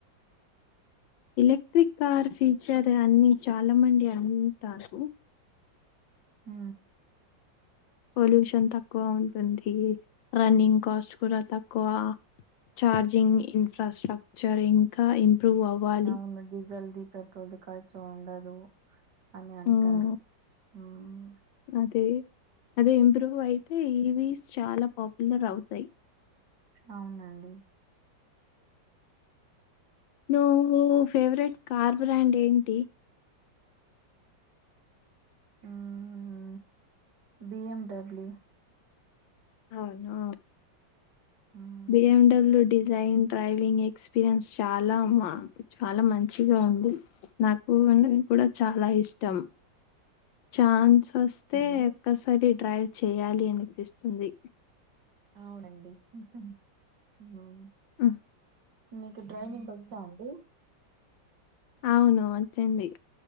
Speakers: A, on the left; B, on the right.
A: ఎలక్ట్రిక్ కార్ ఫీచర్ అన్ని చాలా మంది అని ఉంటారు
B: ఊ
A: పొల్యూషన్ తక్కువ ఉం అంద్ది రన్నింగ్ కాస్ట్ కూడా తక్కువ, చార్జింగ్ ఇన్ ఫ్రాస్ట్రక్చర్ ఇంకా ఇంప్రూవ్ అవ్వాలి.
B: ఇంగ డిజల్ది, పెట్రోల్ది ఖర్చు ఉండదు అని అంటారు.
A: హ్మ్
B: ఉమ్
A: అదే అదే ఇంప్రూవ్ అయితే ఈవీస్ చాలా పాపులర్ అవుతయి.
B: అవునండి.
A: నువ్వు ఫేవరెట్ కార్ బ్రాండ్ ఏంటి?
B: ఆహా బిఎమ్డబ్ల్యూ.
A: అవునా
B: um
A: B M W design, driving experience చాలా మ చాలా మంచిగా ఉంది. నాకు <inaudible> కూడా చాలా ఇష్టం. ఛాన్స్ వస్తే
B: అండి
A: ఒక్కసారి డ్రైవ్ చేయాలి అనిపిస్తుంది.
B: అవునండి ఉహ్ ఉ అవును.
A: అ
B: మీకు డ్రైవింగ్ వచ్చాఅండి?
A: అవును వచ్చండి.